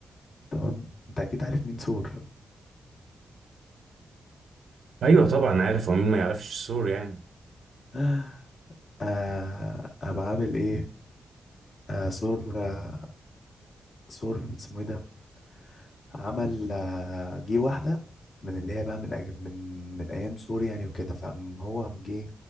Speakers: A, on the left; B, on the right.
A: تمام انت اكيد عارف مين ثور
B: ايوه طبعا عارف هو مين ما يعرفش السور يعني
A: <laughs> آه قام عامل ايه آه ثور آه ثور اسمه ايه ده عمل آه، جه واحدة من اللي هي بقى من أج- من من أيام سوريا يعني وكده فقام هو قام جه